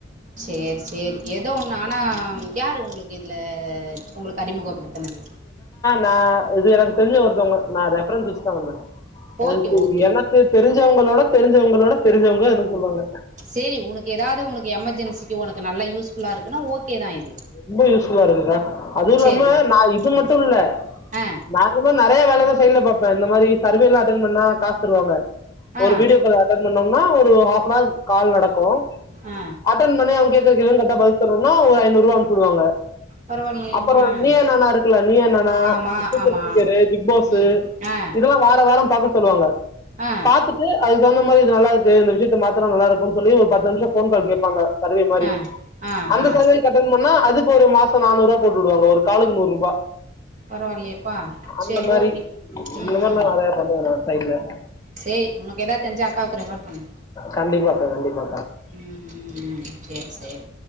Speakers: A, on the right; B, on the left.
A: சேரி சேரி ஏதோ ஒண்ணு
B: ம்
A: ஆனா யாரு உங்களுக்கு இதுல உங்களுக்கு அறிமுகப்படுத்துனது
B: நா இது எனக்கு தெரிஞ்ச ஒருத்தவங்க நா ரெஃபரன்ஸ் வச்சுதா வந்தே ஒருத்தர்
A: ஓகே ஓகே
B: எனக்கு தெரிஞ்சவங்களோட தெரிஞ்சவங்களோட தெரிஞ்சவங்க எனக்கு சொல்லுவாங்க
A: சேரி உனக்கு ந்தாவது உனக்கு எமர்ஜென்சிக்கு உனக்கு நல்லா யூஸ்ஃபுல்லா இருக்குன்னா ஓகேதா இது
B: ரொம்ப யூஸ்ஃபுல்லா இருக்குக்கா அதுவு இல்லாம
A: சேரி ஓகே
B: நா இது மட்டு இல்ல
A: ஆ
B: நானுமே நெறைய வேலைலா சைடுல பாப்பே இந்த மாதிரி சர்வேல்லா அட்டன் பண்ணா காசு தருவாங்க
A: ஆ
B: ஒரு
A: ஆ
B: வீடியோ கால் அட்டன் பண்ணோ னா ஒரு ஹாஃபனவர் கால் நடக்கு
A: ஆ
B: அட்டன் பண்ணி அவங்க கேக்குற கேள்விகளுக்கு கரெக்டா பதில் சொன்னோ னா ஒரு ஐநூறுவா அனு ப்ச்சு உடுவாங்க
A: பரவாயில்லையே
B: அப்புறோ
A: ஆ
B: நீயா நானா இருக்குல நீயா நானா
A: ஆமா
B: சூப்பர்
A: ஆமா
B: சிங்கரு பிக்பாஸு
A: ம் ஆ
B: இதெல்லா வாரா வாரம் பாக்க சொல்லுவாங்க
A: ஆ
B: பாத்துட்டு அது க்கு தகுந்த மாரி இது நல்லா இருக்கு இந்த விஷயத்த மாத்துனா நல்லா இருக்கும்னு சொல்லி ஒரு பத்து நிமிஷோ ஃபோன் கால் கேப்பாங்க சர்வே மாரி
A: ஆ ஆ
B: அந்த
A: ஆ
B: சர்வேக்கு அட்டன் பண்ணா அதுக்கு ஒரு மாசோ நானூறு ரூவா போட்டு வுடுவாங்க ஒரு காலுக்கு நூறு ரூபா
A: பரவாயில்லையேப்பா
B: அந்த
A: சேரி
B: மாரி
A: ஓகே ம்
B: இந்த மாரில்லா
A: ம்
B: நெறைய பண்ணிருக்கிற நா சைடுல
A: சேரி உனக்கு எதாவது தெரிஞ்சா அக்காவுக்கு ரெஃபர் பண்ணு
B: கண்டிப்பா கா கண்டிப்பா
A: ம் ம் ம் சேரி சேரி